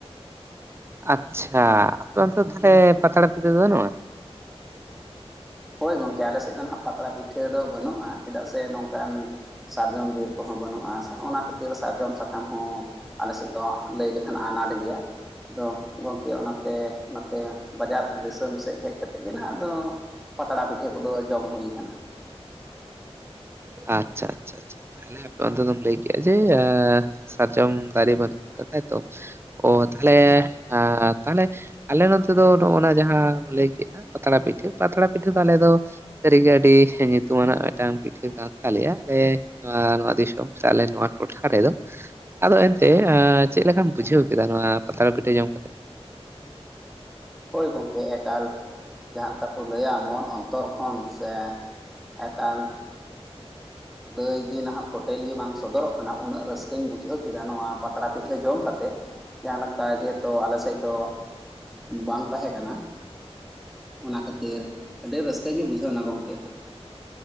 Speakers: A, on the right (about 20°); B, in the centre.
A: ᱟᱪᱪᱷᱟ ᱟᱯᱮ ᱚᱛᱮ ᱫᱚ ᱛᱟᱦᱚᱞᱮ, ᱯᱟᱛᱲᱟ ᱯᱤᱴᱟᱹ ᱫᱚ ᱵᱟᱱᱩᱜᱼᱟ?
B: ᱦᱳᱭ ᱜᱚᱝᱠᱮ ᱟᱞᱮ ᱥᱮᱫ ᱫᱚ ᱱᱟᱦᱟᱜ, ᱯᱟᱛᱲᱟ ᱯᱤᱴᱷᱟᱹ ᱫᱚ ᱵᱟᱹᱱᱩᱜᱼᱟ ᱪᱮᱫᱟᱜ ᱥᱮ ᱱᱚᱝᱠᱟᱱ ᱥᱟᱨᱡᱚᱢ ᱵᱤᱨ ᱠᱚᱦᱚᱸ ᱵᱟᱹᱱᱩᱜᱼᱟ, ᱚᱱᱟ ᱠᱷᱟᱹᱛᱤᱨ ᱥᱟᱨᱡᱚᱢ ᱥᱟᱠᱟᱢ ᱦᱚᱸ ᱟᱞᱮ ᱥᱮᱫ ᱫᱚ, ᱞᱟᱹᱭ ᱞᱮᱠᱷᱟᱱ ᱟᱱᱟᱴ ᱜᱮᱭᱟ᱾ ᱟᱫᱚ ᱜᱚᱝᱠᱮ ᱚᱱᱟᱛᱮ ᱱᱚᱛᱮ ᱵᱟᱡᱟᱨ ᱫᱤᱥᱚᱢ ᱥᱮᱫ, ᱦᱮᱡ ᱠᱟᱛᱮᱫ ᱜᱮ ᱱᱟᱦᱟᱸᱜ ᱟᱫᱚ ᱯᱟᱛᱲᱟ ᱯᱤᱴᱷᱟᱹ ᱠᱚᱫᱚ, ᱡᱚᱢ ᱦᱩᱭ ᱠᱟᱱᱟ ᱾
A: ᱟᱪᱪᱷᱟ, ᱟᱪᱪᱷᱟ, ᱟᱪᱪᱷᱟ ᱾ ᱛᱟᱦᱚᱞᱮ ᱟᱯᱮ ᱚᱱᱛᱮ ᱫᱚᱢ ᱞᱟᱹᱭ ᱠᱮᱫᱼᱟ, ᱡᱮ ᱥᱟᱨᱡᱚᱢ ᱫᱟᱨᱮ ᱵᱟᱹᱱᱩᱜ ᱠᱟᱫᱟ ᱛᱟᱭᱛᱚ ᱾ ᱚ ᱛᱟᱦᱞᱮ ᱟ ᱛᱟᱦᱞᱮ ᱟᱞᱮ ᱱᱚᱛᱮ ᱫᱚ ᱱᱚᱜᱼᱱᱟ ᱡᱟᱦᱟᱸ ᱞᱟᱹᱭ ᱠᱮᱫᱼᱟ, ᱯᱟᱛᱲᱟ ᱯᱤᱴᱷᱟᱹ ᱯᱟᱛᱲᱟ ᱯᱤᱴᱷᱟᱹ ᱫᱚ ᱟᱞᱮ ᱫᱚ ᱥᱟᱹᱨᱤᱜᱮ ᱟᱹᱰᱤ ᱧᱩᱛᱩᱢᱟᱱᱟᱜ ᱢᱤᱫᱴᱟᱝ ᱯᱤ ᱯᱤᱴᱷᱟᱹ ᱠᱟᱱ ᱛᱟᱞᱮᱭᱟ, ᱟᱞᱮ ᱱᱚᱣᱟ ᱱᱚᱣᱟ ᱫᱤᱥᱚᱢ ᱥᱮ ᱟᱞᱮ ᱱᱚᱣᱟ ᱴᱚᱴᱷᱟ ᱨᱮᱫᱚ᱾ ᱟᱫᱚ ᱮᱱᱛᱮ ᱮᱸ ᱪᱮᱫ ᱞᱮᱠᱟᱢ ᱵᱩᱡᱷᱟᱹᱣ ᱠᱮᱫᱟ, ᱱᱚᱶᱟ ᱯᱟᱛᱲᱟ ᱯᱤᱴᱷᱟᱹ ᱡᱚᱢ ᱠᱟᱛᱮ?
B: ᱦᱳᱭ ᱜᱚᱝᱠᱮ ᱮᱠᱟᱞ ᱡᱟᱦᱟᱸ ᱞᱮᱠᱟ ᱠᱚ ᱞᱟᱹᱭᱟ, ᱢᱚᱱ ᱚᱱᱛᱚᱨ ᱠᱷᱚᱱ ᱥᱮ ᱮᱠᱟᱞ ᱞᱟᱹᱭᱜᱮ ᱱᱟᱦᱟᱜ ᱯᱷᱳᱴᱮᱞ ᱜᱮ ᱵᱟᱝ ᱥᱚᱫᱚᱨᱚᱜ ᱠᱟᱱᱟ, ᱩᱱᱟᱹᱜ ᱨᱟᱹᱥᱠᱟᱹᱧ ᱵᱩᱡᱷᱟᱹᱣ ᱠᱮᱫᱟ ᱱᱚᱣᱟ ᱯᱟᱛᱲᱟ ᱯᱤᱴᱷᱟᱹ ᱡᱚᱢ ᱠᱟᱛᱮᱫ ᱾ ᱛᱮᱫ ᱡᱟᱦᱟᱸ ᱞᱮᱠᱟ, ᱡᱮᱦᱮᱛᱚ ᱟᱞᱮ ᱥᱮᱫ ᱫᱚ ᱵᱟᱝ ᱛᱟᱦᱮᱸ ᱠᱟᱱᱟ, ᱚᱱᱟ ᱠᱷᱟᱹᱛᱤᱨ ᱟᱹᱰᱤ ᱨᱟᱹᱥᱠᱟᱹ ᱜᱮ, ᱵᱩᱡᱷᱟᱹᱣ ᱮᱱᱟ ᱜᱚᱝᱠᱮ ᱾